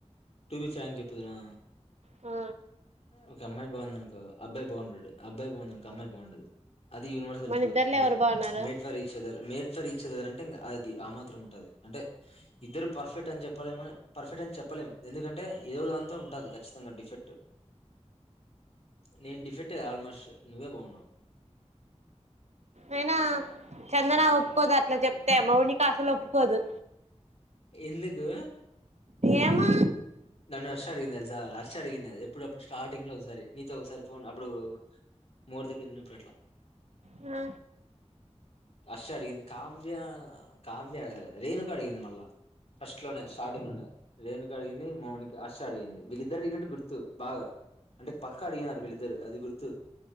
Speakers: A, on the left; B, on the right.
A: టూబి ఫ్రాంక్ చెప్పుదునా
B: ఓ
A: ఒక అమ్మాయి బాగుందినుకో అబ్బాయి బాగుండడు అబ్బాయి బాగుందనుకో అమ్మాయి బాగుండదు అది యూనివర్సల్
B: మన
A: ట్రూత్
B: ఇద్దర్లో
A: అంటే
B: ఎవరు బాగున్నారు
A: made for each other made for each other అంటే అది ఆ మాత్రం ఉంటుంది అంటే ఇద్దరు పర్ఫెక్ట్ అని చెప్పా చెప్పలేముని పర్ఫెక్ట్ అని చెప్పలేము ఎందుకంటే ఏదో దాంతో ఉంటుంది ఖచ్చితంగా డిఫెక్ట్ నేను డిఫెక్ట్ ఆల్మోస్ట్ నువ్వే బాగున్నావ్
B: అయినా చందన ఒప్పుకోదు అట్లా చెప్తే మౌనిక అసలు ఒప్పుకోదు
A: ఎందుకు
B: ఏమా
A: నన్ను హర్ష అడిగింది తెలుసా హర్ష అడిగింది ఇప్పుడు అప్పుడు స్టార్టింగ్ లో ఒకసారి నీతో ఒకసారి ఫోన్ అప్పుడు మోర్ దగ్గర ఉన్నప్పుడు అట్లా
B: ఆ
A: హర్ష అడిగింది కావ్య కావ్య అడగల రేణుక అడిగింది మల్ల ఫస్ట్ లోనే స్టార్టింగ్ లోనే రేణుక అడిగింది మౌనికి హర్ష అడిగింది వీళ్ళిద్దరు ఇన్నట్టు గుర్తు బాగా అంటే పక్క అడిగినారు వీళ్ళిద్దరు అది గుర్తు